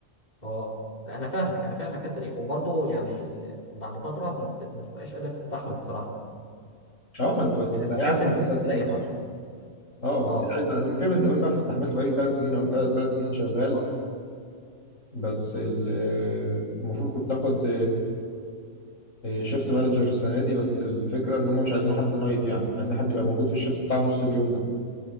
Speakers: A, on the left (about 35°); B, on the left (about 80°).
A: اه لا انا فاهمك انا فاهم الحته دي وبرضه يعني بعد فتره ما بت- ما بتبقاش قادر تستحمل بصراحه
B: اه ما انت بس
A: بتحس
B: ده عايز حد
A: ان
B: يسيستم
A: جسمك بدا يتعب
B: نفسه اه
A: اه
B: بس هي عايز انا فاهم من زمان بقى فاستحملت بقالي ثلاث سنين ثلاث سنين شغال
A: اه
B: بس ال- المفروض كنت اخد شيفت مانجر السنه دي بس الفكره ان هم مش عايزين حد نايت يعني عايزين حد يبقى موجود في الشيفت بتاع نص اليوم ده